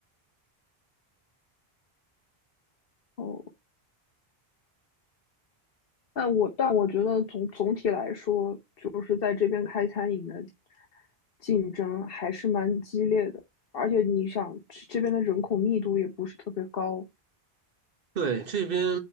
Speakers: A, on the left; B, on the right.
A: 哦，但我但我觉得总总体来说，就是在这边开餐饮的竞争还是蛮激烈的，而且你想，这这边的人口密度也不是特别高。
B: 对，这边